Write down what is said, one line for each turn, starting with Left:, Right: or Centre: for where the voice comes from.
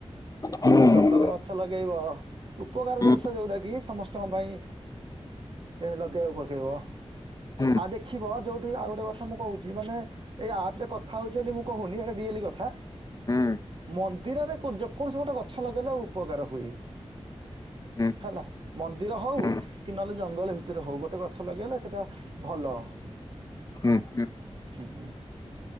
Left: ହୁଁ
Right: ଚନ୍ଦନ ଗଛ ଲଗେଇବ, ଉପକାର
Left: ହୁଁ
Right: ଜିନିଷ ଯୋଉଟା କି ସମସ୍ତ ଙ୍କ ପାଇଁ ଲଗେଇବାକୁ ପକେଇବ
Left: ହୁଁ
Right: ଆଉ ଦେଖିବ ଯୋଉଠି ଆଉ ଗୋଟେ କଥା ମୁଁ କହୁଛି, ମାନେ ଏଇ ଆପ ରେ କଥା ହଉଛି ବୋଲି ମୁଁ କହୁନି କଥା।
Left: ହୁଁ।
Right: ମନ୍ଦିରରେ ଯେକୌଣସି ଗୋଟେ ଗଛ ଲଗେଇଲେ ଉପକାର ହୁଏ।
Left: ହୁଁ
Right: ହେଲା ମନ୍ଦିର ହଉ
Left: ହୁଁ
Right: କି ନହେଲେ ଜଙ୍ଗଲ ଭିତରେ ହଉ ଗୋଟେ ଗଛ ଲଗେଇଲେ ସେଟା ଭଲ
Left: ହୁଁ ହୁଁ
Right: ହୁଁ।